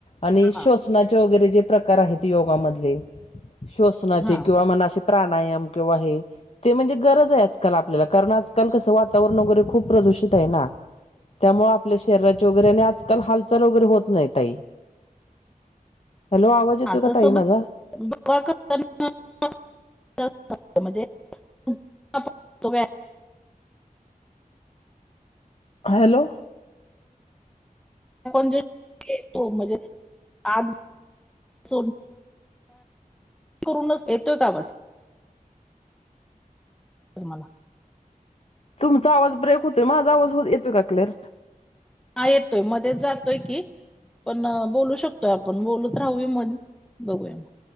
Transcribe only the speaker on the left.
आणि श्वसनाचे
वगैरे जे प्रकार आहेत योगामधले, श्वसनाचे
किंवा म्हणा असे. प्राणायाम किंवा हे, ते म्हणजे गरज आहे आजकाल आपल्याला कारण आजकाल कसं वातावरण वगैरे, खूप प्रदूषित आहे ना. त्यामुळे आपल्या शरीराची वगैरे आणि आजकाल हालचाल वगैरे होत नाही ताई. हॅलो आवाज
येतोय का ताई माझा
हॅलो
तुमचा आवाज ब्रेक होतोय माझ आवाज हो येतो का क्लिअर?